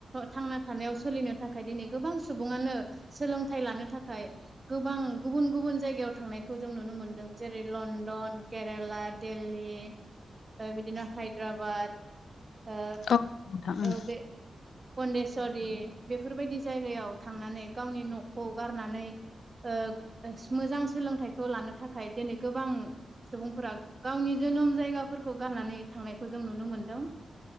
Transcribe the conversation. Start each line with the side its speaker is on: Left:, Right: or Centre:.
Right: थांना थानायाव सोलिनो थाखाय दिनै गोबां सुबुङानो सोलोंथाइ लानो थाखाय गोबां गुबुन गुबुन जायगायाव थांनाय खौ जों नुनो मोन्दों जेरै लण्डन केरेला दिल्ली ओ बिदिनो हायद्राबाद ओ
Left: उम औ नोंथां उम
Right: औ बे फन्डेस्वरि बेफोरबायदि जायगायाव थांनानै गावनि न'खौ गारनानै ओ मोजां सोलोंथाइखौ लानो थाखाय दिनै गोबां सुबुंफोरा गावनि जोनोम जायगाफोरखौ गारनानै थांनायखौ जों नुनो मोनदों